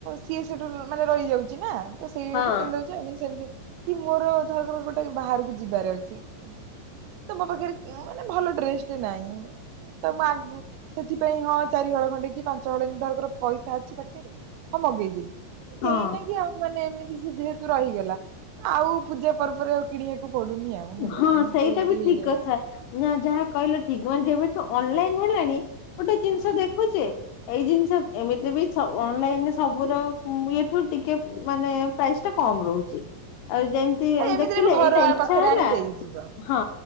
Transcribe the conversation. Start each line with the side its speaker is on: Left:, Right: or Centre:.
Right: ସିଏ ସେଇଠୁ ମାନେ ରହିଯାଉଛି ନା ତ ସେଇକୁ
Left: ହଁ
Right: ପିନ୍ଧିଦଉଛି ଆ ମାନେ ସେମିତି କି ମୋର ଧରର ଗୋଟେ ବାହାରକୁ ଯିବାର ଅଛି, ବୁଲି ତ ମୋ ପାଖରେ ଉମ୍ ମାନେ ଭଲ ଡ୍ରେସ ଟେ ନାଇଁ ତ ମୁଁ ଆଗୁ ସେଥିପାଇଁ ହଁ ଚାରି ହଳ ଖଣ୍ଡେ କି ପାଞ୍ଚ ହଳ ଧରର ପଇସା ଅଛି ପାଖରେ ହଁ ମଗେଇଦେଲି।
Left: ହଁ।
Right: ସେଇ ନା ଗି ଆଉ ମାନେ ଏମିତି ଜିଦି ହେତୁ ରହିଗଲା ଆଉ ପୂଜା ପର୍ବରେ କିଣିବାକୁ ପଡୁନି ଆଉ ହେଲା
Left: ହଁ
Right: ଏମିତି
Left: ସେଇଟା
Right: ଏମିତି
Left: ବି
Right: ହେଇଯାଉଛି।
Left: ଠିକ କଥା ନା ଯାହା କହିଲ ଠିକ ମାନେ ଯେବେଠୁ ଅନଲାଇନ ହେଲାଣି ଗୋଟେ ଜିନିଷ
Right: ହଁ
Left: ଦେଖୁଛି ଏଇ ଜିନିଷ ଏମିତି ବି ସବୁ ଅନଲାଇନରେ ସବୁର ଇଠୁ ଟିକେ ମାନେ ପ୍ରାଇସ୍ ଟା କମ ରହୁଛି ଆଉ ଯେମିତି
Right: ଏମିତିରେ
Left: ଦେଖିଲେ
Right: ବି ଘର
Left: ଏଇଟା ଇଚ୍ଛା
Right: ପାଖରେ
Left: ହେଲା
Right: ଆଣି ଦେଇଯିବ।
Left: ହଁ